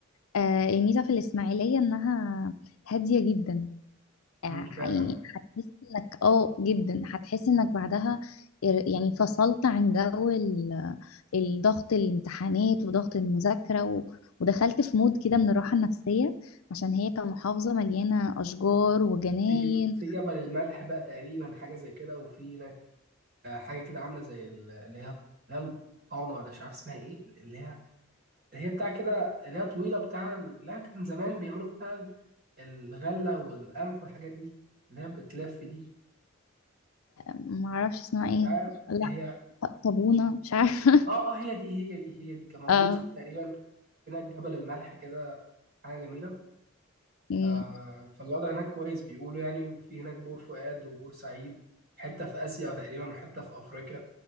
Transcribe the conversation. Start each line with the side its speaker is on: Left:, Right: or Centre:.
Left: آه، الميزة في الإسماعيلية إنها هادية جدا آه،
Right: أمم، فعلا
Left: يعني هتحس إنك آه جدا هتحس إنك بعدها ار- يعني فصلت عن جو ال- الضغط الامتحانات وضغط المذاكرة و... ودخلت في مود كده من الراحة النفسية عشان هي كمحافظة مليانة أشجار وجناين
Right: في جب... في جبل الملح بقى تقريبا حاجه زي كده وفي هناك آه، حاجه كده عامله زي ال- اللي هي اللي هي الطعنه ولا مش عارف اسمها ايه اللي هي اللي هي بتاع كده اللي هي طويله بتاع لا كان زمان بيعملوا فيها ال- الغله والقمح والحاجات دي اللي هي بتلف دي
Left: ما اعرفش اسمها
Right: مش
Left: ايه
Right: عارف
Left: لا
Right: هي
Left: ط- طابونة مش عارفة <laughs>
Right: اه اه هي دي هي دي هي دي كان موجود
Left: اه
Right: في تقريبا هناك جبل الملح كده حاجه جميله
Left: مم.
Right: آه فالوضع هناك كويس بيقولوا يعني وفي هناك بور فؤاد وبور سعيد حته في اسيا تقريبا وحته في افريقيا